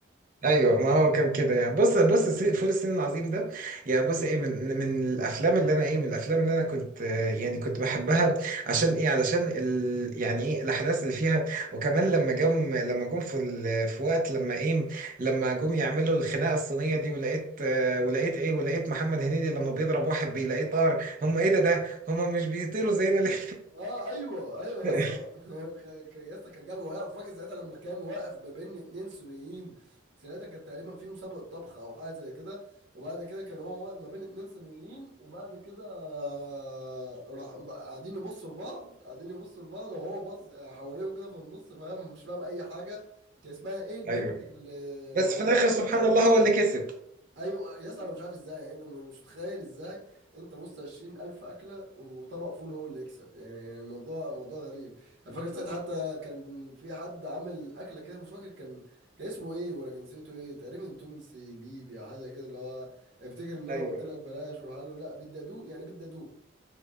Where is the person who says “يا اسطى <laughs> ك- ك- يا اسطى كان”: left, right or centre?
Right